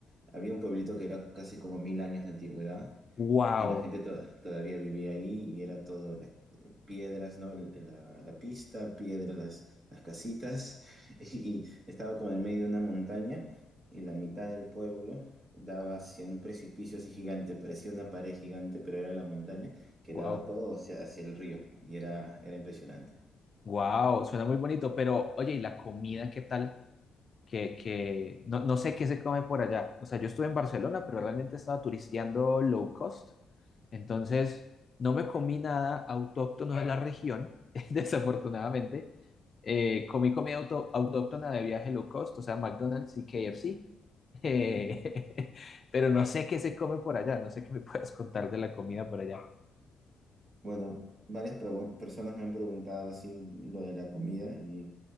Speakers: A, on the right (about 40°); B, on the left (about 30°).
A: había un pueblito que era casi como mil años de antigüedad
B: Wow,
A: y la gente to- todavía vivía ahí y era todo la- piedras, ¿no? La, la pista, piedras, las, las casitas. <laughs> Y, estaba como en medio de una montaña y la mitad del pueblo daba hacia un precipicio así gigante, parecía una pared gigante, pero era la montaña que
B: wow,
A: daba todo hacia, hacia el río y era, era impresionante.
B: wow, suena muy bonito, pero oye, ¿y la comida qué tal? que, que no, no sé qué se come por allá. O sea, yo estuve en Barcelona, pero realmente estaba turisteando low cost. Entonces, no me comí nada autóctono de la región, <laughs> desafortunadamente. Eh, comí comida auto- autóctona de viaje low cost, o sea, McDonald's y KFC. Eh,
A: <laughs>
B: <laughs> pero no sé qué se come por allá, no sé qué me <laughs> puedas contar de la comida por allá.
A: Bueno, varias pregun- personas me han preguntado así lo de la comida y